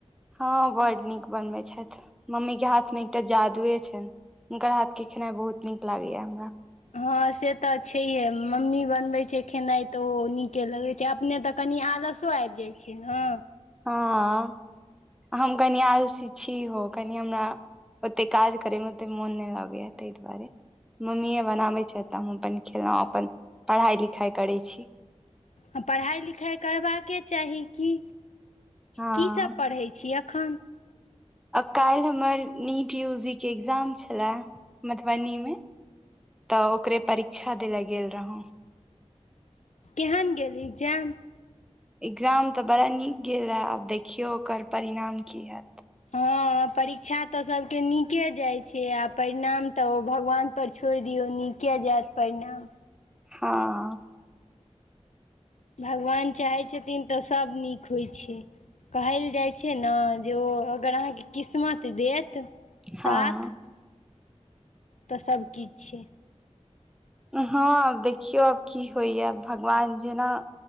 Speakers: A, in the centre; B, on the left (about 80°).
A: हँ बड नीक बनबैत छथि मम्मी के हाथ मे एकटा जादुए छनि हुनकर हाथ के खेनाइ बहुत नीक लागैया हमरा
B: हँ से तऽ छैहे मम्मी बनबै छै खेनाइ तऽ ओ नीके लगैत के अपने त कनि आलसो आबि जाइत छै न
A: हँ हम कनि आलसी छी हो कनि हमरा ओते काज करेमे ओतेक मोन नहि लगैया ताहि दुआरे मम्मीए बनाबै छै तऽ हम अपन खेलहुॅं अपन पढ़ाई लिखाई करै छी
B: आ पढ़ाई लिखाई करबाक के चाही की
A: हँ
B: की सब पढ़े छी एखन
A: आ काल्हि हमर नीट यूजी के एग्जाम छलए मधुबनी में त ओकरे परीक्षा द ले गेल रहौ
B: केहन गेल एग्जाम
A: एग्जाम त बड़ा नीक गेल हे आब देखियौ ओकर परिणाम की हैत
B: हँ परीक्षा त सभके नीके जाइत छै आ परिणाम त ओ भगवान पर छोड़ि दियौ नीके जायत परिणाम
A: हँ
B: भगवान चाहै छथिन त सभ नीक होइ छै कहल जाइत छै ने जे ओ अगर अहाँके किस्मत देत साथ
A: हँ
B: तऽ सबकिछ छै
A: हँ देखियौ आब की होइये भगवान जेना